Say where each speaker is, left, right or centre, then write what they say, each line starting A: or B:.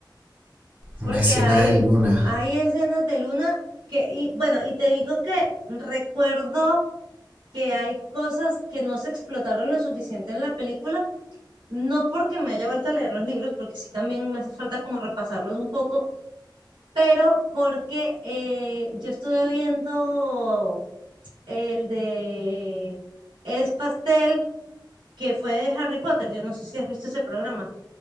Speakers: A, on the right; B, on the right.
A: Una
B: Porque
A: escena
B: hay,
A: de Luna.
B: hay escenas de Luna que, y bueno, y te digo que recuerdo que hay cosas que no se explotaron lo suficiente en la película No porque me haya vuelto a leer los libros, porque sí también me hace falta como repasarlos un poco, pero porque eh, yo estuve viendo el de Es Pastel, que fue de Harry Potter, yo no sé si has visto ese programa,